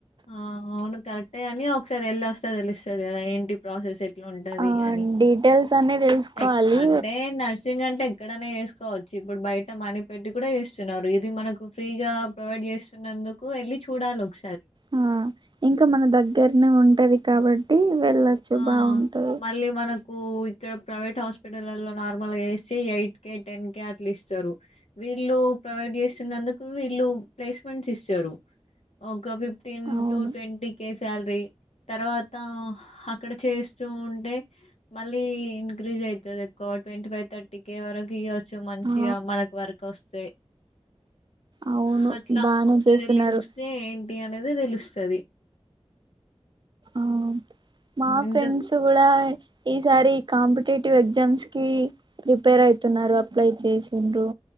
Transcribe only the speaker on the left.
ఆ అవును కరెక్ట్ గాని ఒకసారి వేలస్తే తెలుస్తుంది కదా ఏంటి ప్రాసెస్ ఎ ఇట్లా ఉంటది
అని
ఎక్ అంటే నర్సింగ్ అంటే ఎక్కడనే చేసుకోవచ్చు ఇప్పుడు బయట మనీ పెట్టి కూడా చేస్తున్నారు ఇది మనకు ఫ్రీగా ప్రొవైడ్ చేస్తునార్ ఎందుకు ఎళ్లి చూడాలి ఒక్
ఆ
మళ్ళీ మనకు ఇక్కడ ప్రవేట్ హాస్పిటల్లో నార్మల్గా చెస్తే ఎయిట్ కే టెన్ కే అట్లా ఇస్తారు వీళ్ళు ప్రొవైడ్ చేస్తున్నందుకు వీళ్ళు ప్లేస్మెంట్స్ ఇస్తారు ఒక ఫిఫ్టీన్
టు ట్వంటీ కే శాలరీ తర్వాత ఇక్కడ చేస్తూ ఉంటే మళ్ళీ ఇంక్రీజ్ అయితది ఒక ట్వంటీ ఫై థర్టీ కే వరకు ఇయ్య కొంచం మంచిగా
మనకు వర్క్ వస్తే
హట్లా
ఒకసారి
వెళ్ళి చూస్తే ఏంటి అ అనేది తెలుస్తుంది
ఇంత